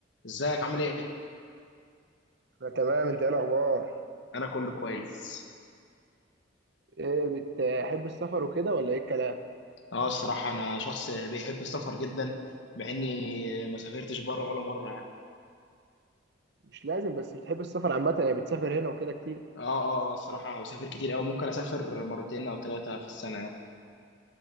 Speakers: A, on the left; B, on the right.
A: ازيك عامل ايه؟
B: انا تمام انت ايه الاخبار
A: انا كله كويس
B: ايه بتحب السفر وكده ولا ايه الكلام
A: اه الصراحة انا شخص بيحب السفر جدا مع اني ما سافرتش بره ولا مرة يعني
B: مش لازم بس بتحب السفر عامه يعني بتسافر هنا وكده كتير
A: اه اه اه الصراحة أنا بسافر كتير اوي ممكن اسافر مرتين او ثلاثة في السنة يعني